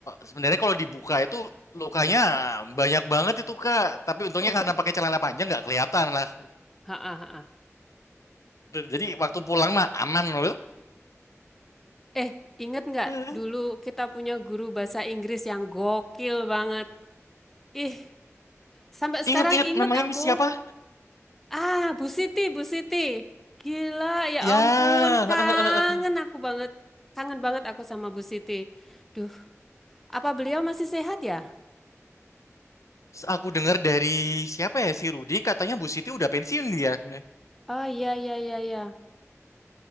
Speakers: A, on the left; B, in the centre.
A: sebenarnya kalau dibuka itu lukanya banyak banget itu Kak. Tapi untungnya
B: <laughs>
A: karena pakai celana panjang nggak kelihatan lah.
B: Ha, ha, ha.
A: Jadi waktu pulang mah aman loh.
B: Eh, ingat
A: <laughs>
B: nggak dulu kita punya guru bahasa Inggris yang gokil banget. Ih, sampai sekarang
A: Ingat-ingat
B: ingat
A: namanya
B: aku.
A: Miss siapa?
B: Ah, Bu Siti, Bu Siti. Gila, ya
A: Ya,
B: ampun, kangen
A: <laughs>
B: aku banget. Kangen banget aku sama Bu Siti. Duh, apa beliau masih sehat ya?
A: aku dengar dari siapa ya si Rudi katanya Bu Siti udah pensiun dia. Bener,
B: Oh iya, iya, iya, iya.